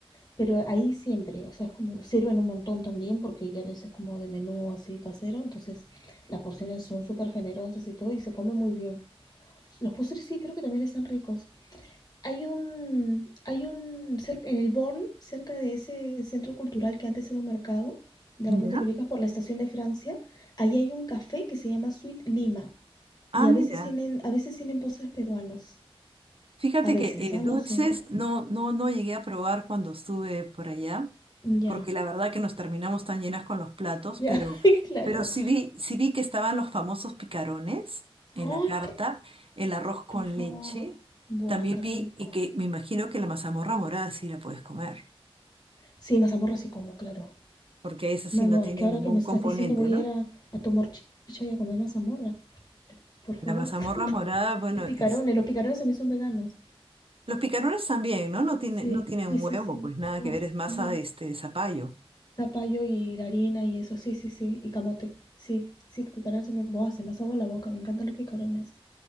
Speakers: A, on the left (about 40°); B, on the right (about 65°).
A: Pero ahí siempre, o sea, es como sirven un montón también porque ya a veces como de menú así casero. Entonces las porciones son súper generosas y todo y se come muy bien. Los postres sí creo que también están ricos. Hay un, hay un, en el Born, cerca de ese centro cultural que antes era un mercado, de
B: ¿ya?
A: repente lo ubicas por la estación de Francia, ahí hay un café que se llama Sweet Lima
B: Ah,
A: y a
B: mira.
A: veces tienen, a veces tienen postres peruanos,
B: Fíjate
A: a veces,
B: que eh,
A: ah,
B: dulces
A: no siempre.
B: no, no, no llegué a probar cuando estuve por allá.
A: Ya,
B: porque la verdad que nos terminamos tan llenas con los platos,
A: ya,
B: pero,
A: <laughs> claro.
B: pero sí vi, sí vi que estaban los famosos picarones en
A: Ay,
B: la carta, el arroz con
A: por favor.
B: leche.
A: Buah,
B: También
A: qué rico.
B: vi y que me imagino que la mazamorra morada sí la puedes comer,
A: Sí, mazamorra sí como, claro.
B: porque esa sí
A: No,
B: no
A: no,
B: tiene
A: es que ahora
B: ningún
A: que me estás
B: componente,
A: diciendo voy
B: ¿no?
A: a ir a, a tomar chicha y a comer mazamorra. Por favor.
B: La mazamorra morada, bueno,
A: Y picarones,
B: es...
A: los picarones también son veganos.
B: Los picarones también, ¿no? No tiene,
A: Sí,
B: no tienen
A: sí,
B: un
A: sí,
B: huevo,
A: sí.
B: pues nada
A: No,
B: que ver, es masa
A: no.
B: de este de zapallo.
A: Zapallo y la harina y eso, sí, sí, sí. Y camote, sí, sí, picarones se me, buah, se me hace agua la boca, me encantan los picarones.